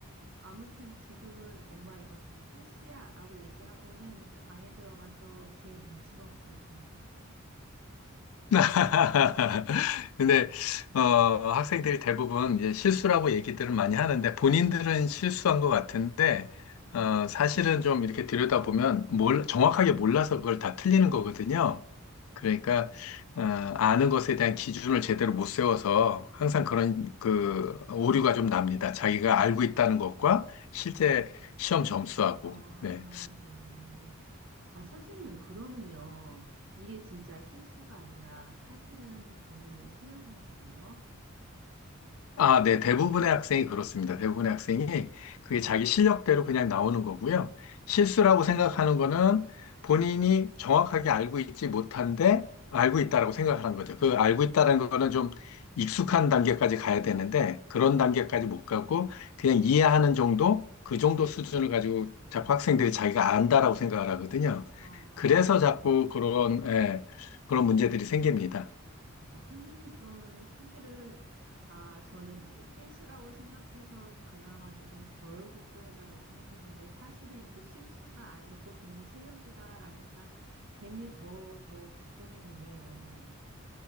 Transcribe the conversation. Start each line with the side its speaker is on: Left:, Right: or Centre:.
Right: 아무튼 지금은 엄마 이건 다 실수야 라고 얘기하고는 방에 들어가서 제 눈치만 보고 있습니다.
Left: <laughs> 근데 어, 학생들이 대부분 이제 실수라고 얘기들을 많이 하는데 본인들은 실수한 것 같은데 어, 사실은 좀 이렇게 들여다보면 몰, 정확하게 몰라서 그걸 다 틀리는 거거든요. 그러니까 어, 아는 것에 대한 기준을 제대로 못 세워서 항상 그런 그 오류가 좀 납니다. 자기가 알고 있다는 것과 실제 시험 점수하고.
Right: 아,
Left: 네.
Right: 네. 아, 선생님, 그러면요. 이게 진짜 실수가 아니라 사실은 본인의 실력인 거네요.
Left: 아, 네. 대부분의 학생이 그렇습니다. 대부분의 학생이 그게 자기 실력대로 그냥 나오는 거고요. 실수라고 생각하는 거는 본인이 정확하게 알고 있지 못한데 알고 있다라고 생각하는 거죠. 그 알고 있다는 거는 좀 익숙한 단계까지 가야 되는데 그런 단계까지 못 가고 그냥 이해하는 정도? 그 정도 수준을 가지고 자꾸 학생들이 자기가 안다라고 생각을 하거든요.
Right: 아,
Left: 그래서 자꾸 그런, 예, 그런 문제들이 생깁니다.
Right: 아, 선생님, 그러면은 사실은, 아, 저는 이제 실수라고 생각해서 그나마 조금 덜 걱정이다라고 생각했는데 사실은 이게 실수가 아니고 본인 실력이다라니까 괜히 더, 더 걱정이 되네요.